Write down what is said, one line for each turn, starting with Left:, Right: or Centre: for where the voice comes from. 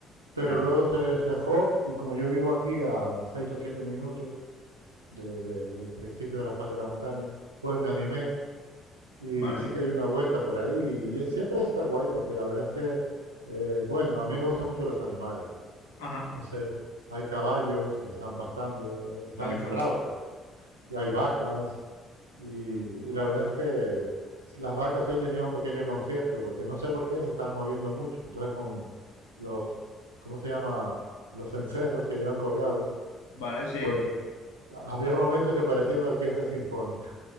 Right: pero
Left: ya,
Right: luego se despejó y como yo vivo aquí a seis o siete minutos de- de- del principio de la falda de la montaña, pues me animé y
Left: vale.
Right: sí que di una vuelta por ahí. Y es- siempre está guay porque la verdad es que, eh, bueno, a mí me gustan mucho los animales.
Left: Ajá.
Right: Entonces hay caballos que están pastando, eh, están
Left: Ah, qué
Right: encerrados,
Left: chulo.
Right: pero y hay vacas y, y
Left: Qué guay.
Right: la verdad es que las vacas hoy tenían un pequeño concierto, porque no sé por qué se estaban moviendo mucho. Entonces, con los, ¿cómo se llama? Los encerros que llevan colgados,
Left: Vale, sí.
Right: pues había momentos que parecía una orquesta sinfónica.